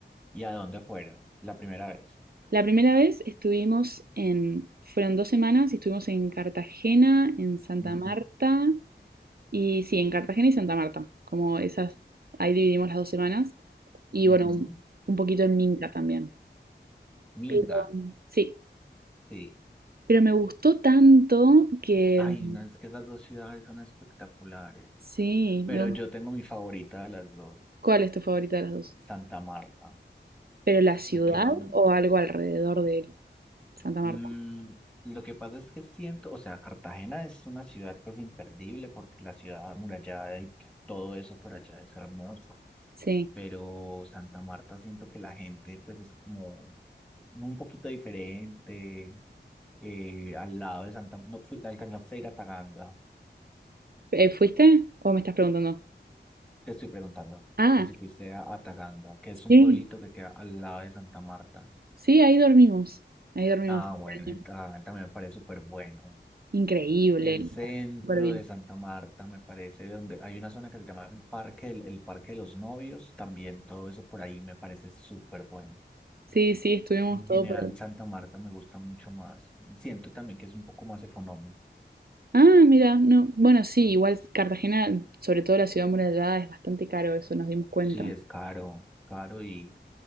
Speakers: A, in the centre; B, on the right.
A: ¿y a dónde fueron? La primera vez.
B: La primera vez estuvimos en, fueron dos semanas y estuvimos en Cartagena, en Santa
A: Ujú,
B: Marta, y sí, en Cartagena y Santa Marta, como esas, ahí dividimos las dos semanas, y
A: ujú.
B: bueno, un, un poquito en Minca también.
A: Minga,
B: Pero mm, sí,
A: sí.
B: pero me gustó tanto que
A: Ay,
B: mm,
A: no, es que esas dos ciudades son espectaculares,
B: sí,
A: pero
B: me gustó.
A: yo tengo mi favorita de las dos,
B: ¿Cuál es tu favorita de las dos?
A: Santa Marta.
B: ¿Pero la ciudad
A: Me quedo
B: o algo alrededor de Santa
A: Mm,
B: Marta?
A: lo que pasa es que siento, o sea, Cartagena es una ciudad pues imperdible porque la ciudad amurallada y todo eso por allá es hermoso,
B: Sí.
A: pero Santa Marta siento que la gente pues es como un poquito diferente, eh, al lado de Santa, no fui, alcanzaste a ir a Taganga,
B: Eh, ¿Fuiste o me estás preguntando?
A: te estoy preguntando,
B: Ah,
A: que si fuiste a, a Taganga, que es un
B: sí.
A: pueblito que queda al lado de Santa Marta.
B: Sí, ahí dormimos. Ahí dormimos
A: Ah,
B: este
A: bueno, en
B: año.
A: Taganga también me parece súper bueno.
B: Increíble.
A: El centro
B: Súper bien.
A: de Santa Marta, me parece, donde hay una zona que se llama el Parque, el, el Parque de los Novios, también todo eso por ahí me parece súper bueno.
B: Sí, sí, estuvimos
A: En
B: todo
A: general,
B: por ahí.
A: Santa Marta me gusta mucho más. Siento también que es un poco más económico.
B: Ah, mira, no. Bueno, sí, igual Cartagena, sobre todo la ciudad amurallada, es bastante caro, eso nos dimos cuenta.
A: Sí, es caro, caro y,